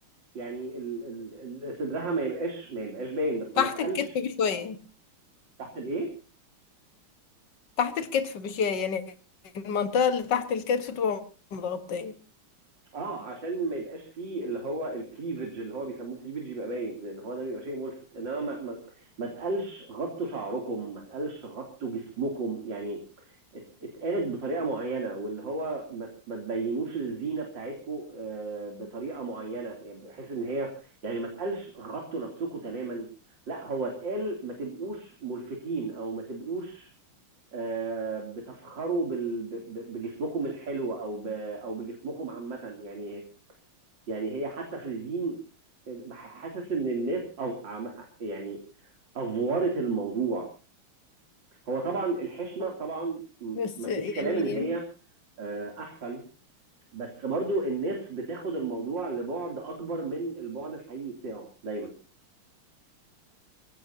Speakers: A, on the right; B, on the left.
A: يعني ال- ال- ال- صدرها ما يبقاش ما يبقاش باين بس
B: تحت
A: ما تقلش
B: الكتف بشوية
A: تحت الايه
B: تحت الكتف بشوية يعني المنطقة اللي تحت الكتف تبقى متغطية
A: اه عشان ما يبقاش فيه اللي هو الكليفج اللي هو بيسموه كليفج يبقى باين لان هو ده بيبقى شيء ملفت انما ما, ما, ما تقلش غطوا شعركم ما تقلش غطوا جسمكم يعني ات- اتقالت بطريقه معينه واللي هو ما, ت- ما تبينوش الزينه بتاعتكم بطريقه معينه يعني بحيث ان هي يعني ما تقلش غطوا نفسكم تماما لا هو اتقال ما تبقوش ملفتين او ما تبقوش آه، بتفخروا بال... ب- ب- بجسمكم الحلو او ب... او بجسمكم عامه يعني يعني هي حتى في الدين ح- حاسس ان الناس أو... عم- يعني افورت الموضوع هو طبعا الحشمه طبعا م-
B: بس
A: مفيش
B: يعني
A: كلام ان هي آه، احسن بس برضو الناس بتاخد الموضوع لبعد اكبر من البعد الحقيقي بتاعه دايما